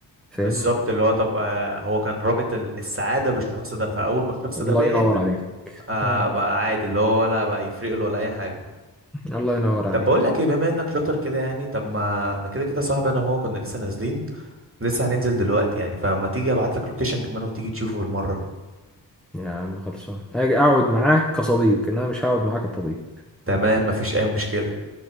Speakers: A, in the centre; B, on the right.
A: فاهمني
B: بالظبط اللي هو طب آه، هو كان رابط ال- السعادة بالشخص ده فأول ما الشخص
A: الله
B: ده بعد
A: ينور عليك
B: آه
A: مم.
B: بقى عادي اللي هو ولا بقى يفرق له ولا أي حاجة
A: الله ينور عليك
B: طب بقول لك ايه بما انك شاطر كده يعني طب ما انا كده كده صاحبي انا وهو كنا لسه نازلين لسه هننزل دلوقتي يعني فما تيجي ابعت لك لوكيشن كمان وتيجي تشوفه بالمرة
A: يا عم خلصان اجي اقعد معاك كصديق انما مش هقعد معاك كطبيب
B: تمام مفيش اي مشكلة